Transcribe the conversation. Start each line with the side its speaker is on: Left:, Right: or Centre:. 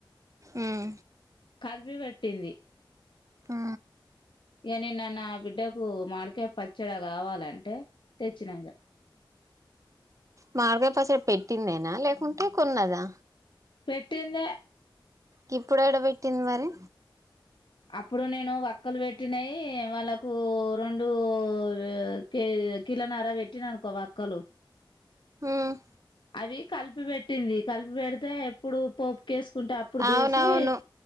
Right: ఉమ్
Left: కల్పిపెట్టింది
Right: ఆ
Left: ఇగ నిన్న నాబిడ్డకు మాడికాయ్ పచ్చడ కావాలంటే తెచ్చినా ఇగ
Right: మాడికాయ్ పచ్చడ పెట్టిందేనా లేకుంటే కొన్నదా
Left: పెట్టిందే
Right: గిప్పుడేడ పెట్టింది మరి
Left: అప్పుడు నేను వక్కలు వెట్టినయి వాళ్ళకూ రొండూ వ్య్ కే కిలనర వెట్టిన అనుకో వక్కలు
Right: ఉమ్
Left: అవి కల్పి పెట్టింది కలిపి పెడితే ఎప్పుడు పోప్ కెసుకుంటే అప్పుడు దీసి
Right: అవునవును